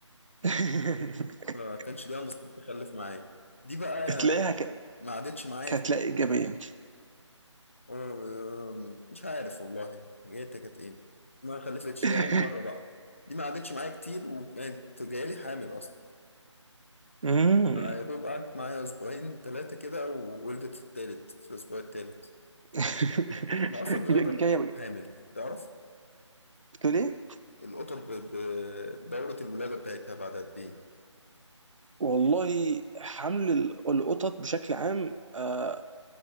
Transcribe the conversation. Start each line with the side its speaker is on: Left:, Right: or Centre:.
Right: <laughs>
Left: فكانش ليها نصيب تخلف معايا دي بقى
Right: تلاقيها
Left: يعني
Right: ك...
Left: ما عادتش معايا
Right: كتلاقي
Left: كتير
Right: ايجابيه
Left: وأم، مش عارف والله حاجاتها كانت ايه ما خلفتش
Right: <laughs>
Left: ده أول مرة بقى دي ما عادتش معايا كتير وكانت جايلي حامل أصلا
Right: مم.
Left: فيا دوب قعدت معايا أسبوعين ثلاثة كده وولدت في التالت في الأسبوع التالت
Right: <laughs>
Left: أنا أصلا بيقعدوا
Right: جايه
Left: قد إيه حامل تعرف
Right: بتقول ايه
Left: القطط ب- ب- بدورة الولادة بتاعتها بعد قد إيه؟
Right: والله حمل القطط بشكل عام آه،